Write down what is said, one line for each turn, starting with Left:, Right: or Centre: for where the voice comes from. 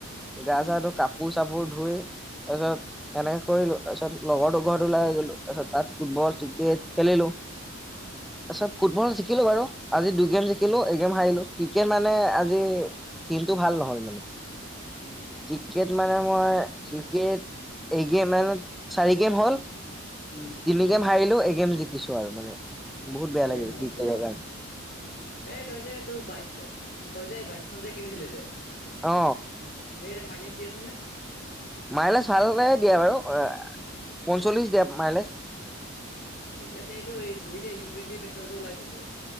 Centre: গা
Left: উম
Centre: চা ধুই কাপ পোৰ চাপোৰ ধুই তাৰপিছত এনেকে কৰিলো, তাছত লগৰটোৰ ঘৰত ওলাই আহি গলো তাছত তাত ফুটবল
Left: উম
Centre: ক্ৰিকেট খেলিলো,
Left: উম
Centre: তাৰপিছত ফুটবল জিকিলে বাৰু, আজি দু গেম জিকিলো
Left: উম
Centre: এক গেম হাৰিলো, ক্ৰিকেট মানে আজি টিমটো ভাল নহ'ল মানে।
Left: উম উম
Centre: ক্ৰিকেট মানে মই ক্ৰিকেট এক গেম মানে চাৰি গেম হ'ল
Left: উম।
Centre: তিমি গেম হাৰিলো এক গেম জিকিছো আৰু মানে। বহুত বেয়া
Left: ধেৰ
Centre: লাগিল
Left: মজা
Centre: জিকিব কাৰ
Left: এই তই যে তোৰ বাইক, তই যে বাইকখন যে কিনিছিলি যে
Centre: অ।
Left: এই এতিয়া মাইলেজ দি আছে নে?
Centre: মাইলেছ ভালে দিয়া বাৰু অ পঞ্চল্লিশ দিয়া মাইলেজ।
Left: ঠিক আছে, এইটো এই তুমি যে ই টুৱণ্টি পেট্ৰলটো ওলাইছে যে।